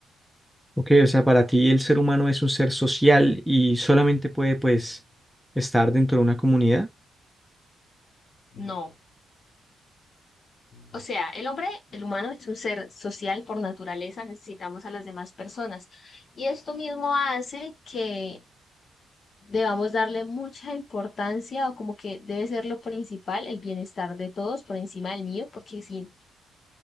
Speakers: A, in the centre; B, on the left (about 50°).
A: Ok, o sea, para ti el ser humano es un ser social y solamente puede, pues, estar dentro de una comunidad.
B: No. O sea, el hombre, el humano es un ser social por naturaleza, necesitamos a las demás personas. Y esto mismo hace que debamos darle mucha importancia o como que debe ser lo principal, el bienestar de todos por encima del mío, porque si,